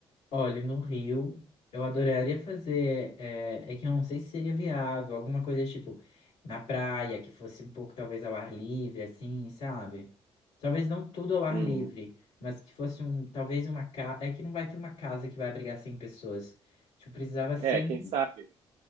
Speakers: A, on the left; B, on the right.
A: Olha, no Rio, eu adoraria fazer. É, é que eu não sei se seria viável, alguma coisa tipo na praia, que fosse um pouco talvez ao ar livre, assim, sabe? Talvez não tudo ao ar
B: Hum.
A: livre, mas que fosse um. Talvez uma casa. É que não vai ter uma casa que vai abrigar 100 pessoas. Tipo, precisava ser
B: É,
A: um.
B: quem sabe?